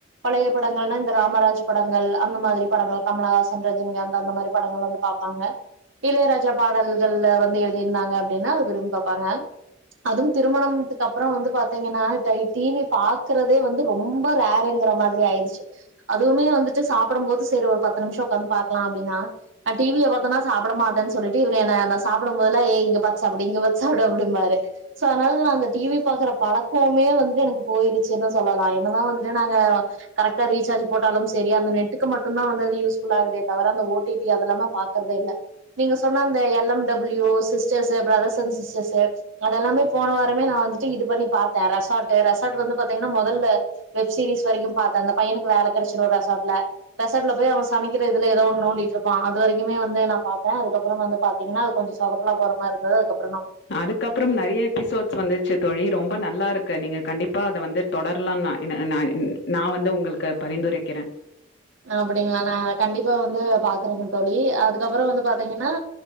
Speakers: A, on the right; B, on the left.
A: பழய படங்கள்னா இந்த ராமராஜ் படங்கள் அந்த மாதிரி படங்கள் கமலஹாசன் ரஜினிகாந்த் அந்த மாதிரி படங்கள் வந்து பாப்பாங்க இளையராஜா பாடல்கள் வந்து எழுதிருந்தாங்க அப்டின்னா விரும்பி பாப்பாங்க அதுவு திருமணம்த்துக்கு அப்ற வந்து பாத்திங்கன்னா டை டிவி பாக்குறத் தே வந்து ரொம்ப ராரூங்குற மாதிரி ஆய்டிச்சு அதுவுமே வந்துட்டு சாப்படம்போது சேரி ஒரு பத் த்து நிமிஷோ உக்காந்து பாக்லா அப்டினா நா டிவிய பாத்தனா சாப்ட மாட்டே சொல்லிட்டு இவுரு என்ன நா சாப்டம்போதுலா ஏய் இங்க பாத்து சாப்டு இங்க பாத் சாப்டு அப்டிம்பாரு சோ அனால அந்த டீவீ பாக்ற பழக்கோ மே வந்துட்டு எனக்கு போயிருச்சுன்னு சொல்லலா என்னதா வந்துட்டு நாங்க கரெக்டா ரீசார்ஜ் போட்டாலு செரி அது நெட்டுக்கு மட்டு தான் அது வந்து யூஸ் ஃபுல்லாகுதே தவர அந்த ஓட்டீட்டீ அதலா பாக்குறதே இல்ல நீங்க சொன்ன அந்த L M W sisters brothers and sisters அதெல்லாமே போன வாரமே நா வந்துட்டு இது பண்ணி பாத் ரெசார்ட் ரெசார்ட் வந்து பாத்திங்னா மொதல்ல வெப்சீரிஸ் வரைக்கு பாத்த அந்த பையனுக்கு வேலை கெடச்சுரு ரெசார்ட்ல ரெசார்ட்ல போய் அவ சமைக்கிற இதுல ஏதோ நோன்டிட்டு இருப்பா அது வரைக்குமே வந்து நா பா த்த அதுக்கப்புற வந்து பாத்திங்கனா அது கொஞ்சோ சொதப்பலா போறமாரி இருந்துது அதுக்கப்
B: அதுக்கப்பறம் நெறையா எபிசோட்ஸ் வந்துட்ச்சு தோழி ரொம்ப நல்லாருக் கு நீங்க கண்டிப்பா அத வந்து தொடரலா நா ன்னு நான் ன் நா வந்து உங்களுக்கு பரிந்துரைக்கிறே
A: அப்டிங்களா நா கண்டிப்பா வந்து பாக்குறேங்க தோழி அதுக்கப்புறோ வந்து பாத்தீங்கன்னா